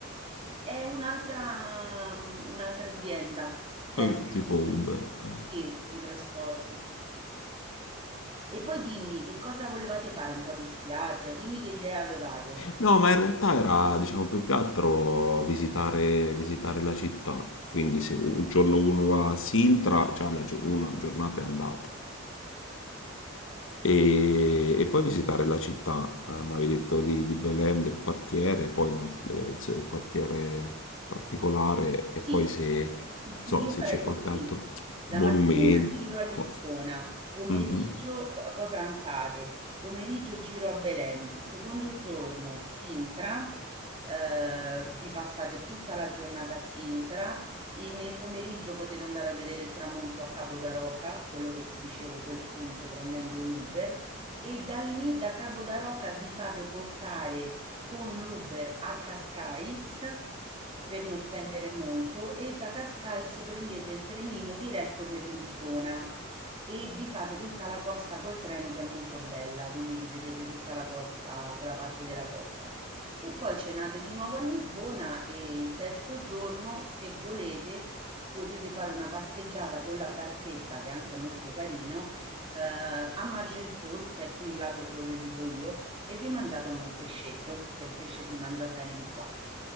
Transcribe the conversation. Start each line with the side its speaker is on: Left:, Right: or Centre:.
Right: È un'altra mm, un'altra azienda sempre
Left: Eh, tipo
Right: di,
Left: Uber. eh.
Right: sì, di trasporto. E poi dimmi che cosa volevate fare, un po' di spiaggia, dimmi che idea avevate.
Left: No, ma in realtà era, diciamo, più che altro visitare, visitare la città. Quindi se un giorno uno va a Sintra, già la gio- una giornata è andata. E, e poi visitare la città, eh, mi avevi detto lì di Belém, del quartiere, poi non- eh, se- il quartiere particolare, e
Right: Sì,
Left: poi se, non so,
Right: io
Left: se
Right: farei
Left: c'è
Right: così.
Left: qualche altro
Right: La
Left: monumento,
Right: mattina giro a Lisbona,
Left: cosa.
Right: pomeriggio,
Left: Mhm.
Right: p- poi pranzate, pomeriggio giro a Belém, secondo giorno Sintra, eh, vi passate tutta la giornata a Sintra e nel pomeriggio potete andare a vedere il tramonto a Cabo da Roca, quello che ti dicevo, quel punto prendendo un Uber e da lì, da Cabo da Roca, vi fate portare con l'Uber a Cascais per non spendere molto e da Cascais prendete il trenino diretto per Lisbona e vi fate tutta la costa col treno che è molto bella, quindi vi vedete tutta la costa, quella parte della costa. E poi cenate di nuovo a Lisbona e il terzo giorno, se volete, potete fare una passeggiata con la barchetta, che è anche molto carino, eh, a Margensul, che è qui il lato dove vivo io, e vi mangiate un bel pescetto, che il pesce si mangia bene di qua.